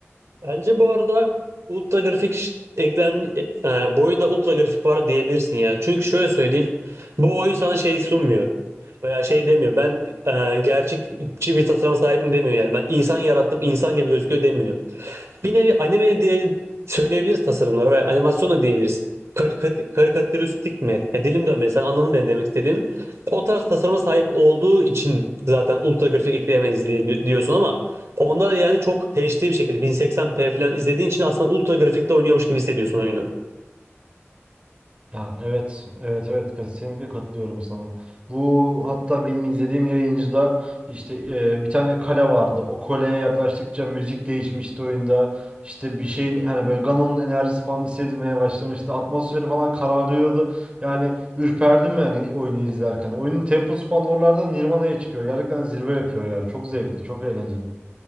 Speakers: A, on the right (about 80°); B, on the right (about 25°).
A: Bence bu arada ultra grafik ş- eklenmi e, e, bu oyunda ultra grafik var diyebilirsin ya. Çünkü şöyle söyleyeyim. Bu oyun sana şey sunmuyor. Veya şey demiyor. Ben e, gerçekçi bir tasarıma sahibim demiyor yani. Ben insan yarattım, insan gibi gözüküyor demiyor. Bir nevi anime diye söyleyebiliriz tasarımlara veya animasyon da diyebiliriz. Karikat karikatüristik mi? Ya dilim dönmedi. Sen anladın benim demek istediğim. O tarz tasarıma sahip olduğu için zaten ultra grafik ekleyemeyiz diye bi- diyorsun ama onda da yani çok HD bir şekilde 1080p falan izlediğin için aslında ultra grafikte oynuyormuş gibi hissediyorsun oyunu.
B: Ya evet, evet, evet kesinlikle katılıyorum sana. Bu hatta benim izlediğim yayıncıda işte e, bir tane kale vardı. O kaleye yaklaştıkça müzik değişmişti oyunda. İşte bir şeyin hani böyle Ganon'un enerjisi falan hissedilmeye başlamıştı. Atmosferi falan kararıyordu. Yani ürperdim yani oyunu izlerken. Oyunun temposu falan oralarda Nirvana'ya çıkıyor. Gerçekten zirve yapıyor ya. Çok zevkli, çok eğlenceli.